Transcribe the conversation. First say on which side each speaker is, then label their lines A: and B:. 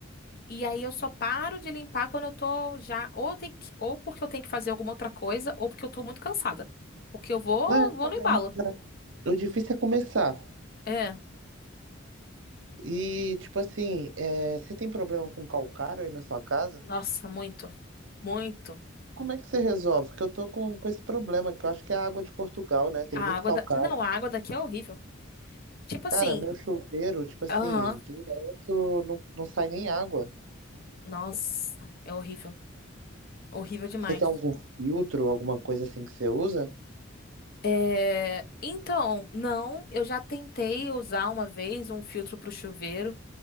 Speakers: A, on the left; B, on the right.
A: e aí eu só paro de limpar quando eu tô já ou tem que, ou porque eu tenho que fazer alguma outra coisa ou porque eu tô muito cansada. Porque eu vou,
B: É,
A: vou
B: também,
A: no embalo.
B: é. O difícil é começar.
A: É.
B: E, tipo assim, é, você tem problema com calcário aí na sua casa?
A: Nossa, muito. Muito.
B: Como é que você resolve? Porque eu tô com, com esse problema, que eu acho que é a água de Portugal, né? Tem
A: A
B: muito
A: água
B: calcário.
A: da... Não, a água daqui é horrível. Tipo assim,
B: Cara, meu chuveiro, tipo assim,
A: aham.
B: direto não, não sai nem água.
A: Nossa, é horrível. Horrível demais.
B: Você tem algum filtro, alguma coisa assim que você usa?
A: É, Então, não, eu já tentei usar uma vez um filtro pro chuveiro